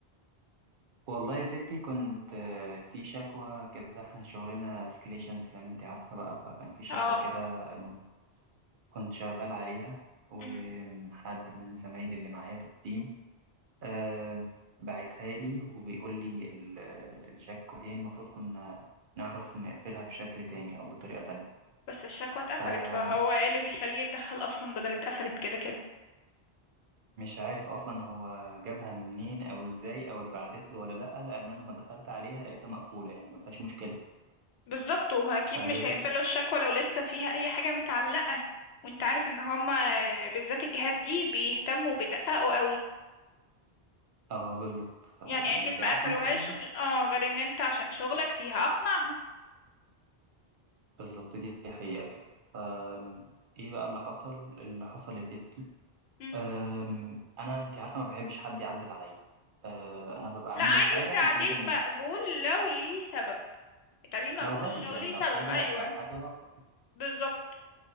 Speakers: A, on the right; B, on the left.
A: والله يا ستي كنت آه، في شكوى كده احنا شغلنا سكليشنز زي ما انت عارفه بقى فكان في شكوى
B: اه
A: كده الم- كنت شغال عليها وحد
B: امم
A: من زمايلي اللي معايا في التيم آه، بعتها لي وبيقول لي ال- الشكوى دي المفروض كنا نعرف نقفلها بشكل تاني او بطريقه تانية
B: بس الشكوى اتقفلت
A: فمش
B: فهو ايه اللي بيخليه يتدخل اصلا بدل اتقفلت كده كده
A: عارف اصلا هو جابها منين او ازاي او اتبعتت له ولا لا لان انا لما دخلت عليها لقيتها مقفوله يعني ما فيهاش مشكله
B: بالظبط واكيد
A: فجاي
B: مش هيقفلوا الشكوى لو لسه فيها اي حاجه متعلقه وانت عارف ان هما بالذات الجهات دي بيهتموا وبيدققوا قوي
A: اه بالظبط ف- يعني
B: يعني اكيد
A: انت
B: ما
A: عارفه
B: قفلوهاش
A: الموضوع ده
B: غ- اه غير ان انت عشان شغلك فيها اقنعهم
A: بالظبط دي دي حقيقه كده ف ايه بقى اللي حصل اللي حصل يا ستي
B: مم.
A: أم، انا انت عارفه ما بحبش حد يعدل عليا أه، انا ببقى
B: لا
A: عامل
B: عادي
A: الحاجه
B: التعديل
A: المفروض ان
B: مقبول لو ليه سبب التعديل مقبول
A: لو فالid
B: لو
A: يعني
B: ليه
A: لو
B: سبب
A: حاجه
B: ايوه
A: لو حاجه واضحه
B: بالظبط